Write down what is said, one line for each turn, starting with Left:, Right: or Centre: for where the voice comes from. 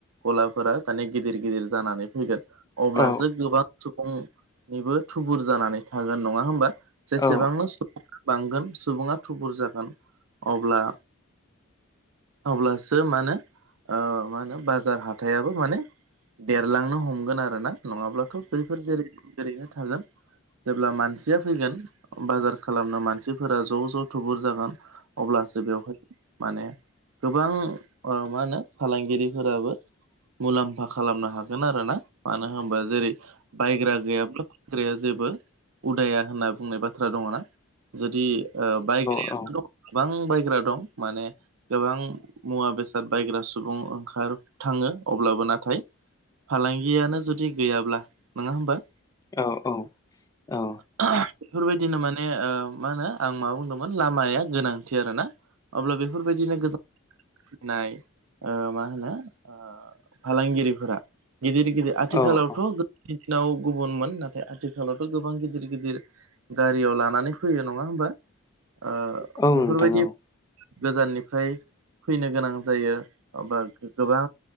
Right: गलाफोरा माने गिदिर गिदिर जानानै फैगोन। अब्लासो
Left: औ
Right: गोबां सुबुंनिबो थुबुर जानानै थागोन नङा होमबा? जेसेबांनो
Left: औ
Right: सुबुं बांगोन सुबुङा थुबुर जागोन। अब्ला अब्लासो मा होनो ओ मा होनो बाजार हा थाइयाबो माने देरलांनो हमगोन आरोना। नङाब्लाथ' बैफोर जेरै ओरैनो थागोन। जेब्ला मानसिया फैगोन बाजार खालामनो मानसिफोरा ज' ज' थुबुर जागोन। अब्लासो बेवहाय माने गोबां ओ मा होनो फालांगिरिफोराबो मुलाम्फा खालामनो हागोन आरोना। मानो होनबा जेरै बायग्रा गैयाब्ला फानग्राया जेबो उदाया होनना बुंनाय बाथ्रा दङ' ना, जुदि ओ बायग्रायासो
Left: औ
Right: दं गोबां बायग्रा दं माने गोबां मुवा बेसाद बायग्रा सुबुं ओंखार थाङो। अब्लाबो नाथाय फालांगियानो जुदि गैयाब्ला नङा होमबा?
Left: औ औ औ।
Right: <unintelligible> बेफोरबायदिनो माने ओ मा होनो आं मा बुंदोंमोन लामाया गोनांथि आरोना। अब्ला बेफोरबायदिनो गोजान <unintelligible> नाय ओ मा होनो? ओ फालांगिरिफोरा गिदिर गिदिर आथिखालावथ'
Left: औ औ
Right: दिनाव गुबुनमोन नाथाय आथिखालावथ' गोबां गिदिर गिदिर गारियाव लानानै फैयो नङा होमबा? ओ
Left: नोंथां
Right: बेफोरबायदि
Left: औ
Right: गोजाननिफ्राय फैनो गोनां जायो अब्ला गोबां